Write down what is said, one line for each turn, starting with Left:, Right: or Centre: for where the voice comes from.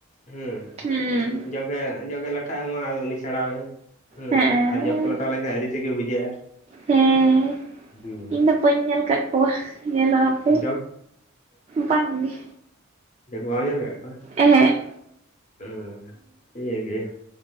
Left: ᱦᱩᱸ,
Right: ᱦᱮᱸ
Left: ᱡᱚᱜᱮ ᱡᱚᱜᱮ ᱞᱟᱴᱷᱟ ᱟᱢᱟ ᱟᱫᱚ ᱩᱱᱤ ᱪᱷᱟᱲᱟᱣᱮᱢ᱾ ᱦᱩᱸ
Right: ᱦᱮᱸ
Left: ᱟᱨ ᱡᱚᱠ ᱠᱚ ᱞᱚᱴᱟᱣ ᱞᱮᱱᱠᱷᱟᱡ ᱟᱹᱲᱤ ᱥᱮᱜᱮ ᱵᱩᱡᱷᱟᱹᱜᱼᱟ᱾
Right: ᱦᱮᱸ
Left: ᱦᱮᱸ
Right: ᱤᱧ ᱫᱚ ᱵᱟᱹᱧ ᱧᱮᱞ ᱟᱠᱟᱜ ᱠᱚᱣᱟ ᱧᱮᱞ ᱦᱚᱸ᱾ ᱦᱟᱯᱮ
Left: ᱡᱚᱠ,
Right: ᱵᱟᱝᱜᱮ
Left: ᱡᱚᱠ ᱵᱟᱢ ᱧᱮᱞ ᱠᱟᱜ ᱠᱚᱣᱟ?
Right: ᱮᱸ-ᱦᱮᱸᱜ᱾
Left: ᱚ <inaudible>